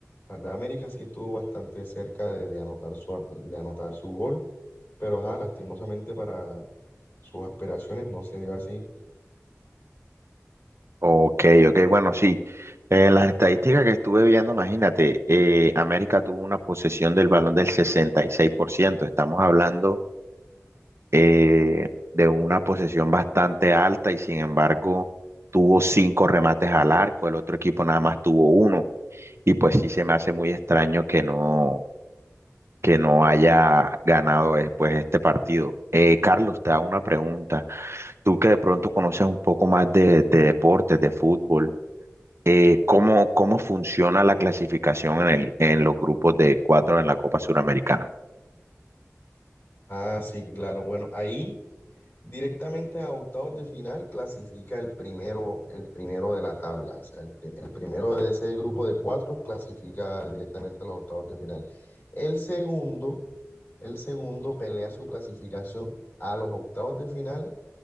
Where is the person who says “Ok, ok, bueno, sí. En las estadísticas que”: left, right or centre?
Right